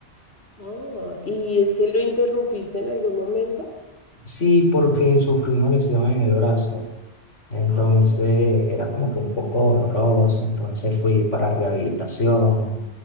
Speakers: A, on the left; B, on the left.
A: Ah, ¿y es que lo interrumpiste en algún momento?
B: Sí, porque sufrí una lesión en el brazo, entonces
A: Ay,
B: era como que un poco doloroso, entonces fui para rehabilitación